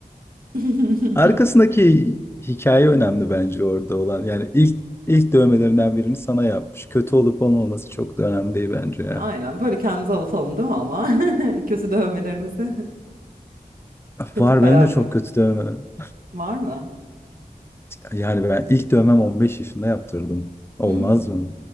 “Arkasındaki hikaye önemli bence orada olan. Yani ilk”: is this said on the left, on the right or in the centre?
Left